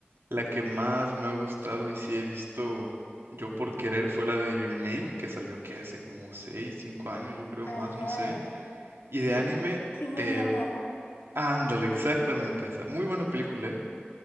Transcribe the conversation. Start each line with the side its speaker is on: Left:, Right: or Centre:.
Right: La que más me ha gustado y sí he visto yo por querer fue la de Your Name, que salió que hace como 6 5 años, yo creo
Left: Ah,
Right: más, no sé. Y
Left: sí.
Right: de anime,
Left: Kimi
Right: te...
Left: no Na wa.
Right: Ándale, exactamente esa. Muy buena película, ¿eh?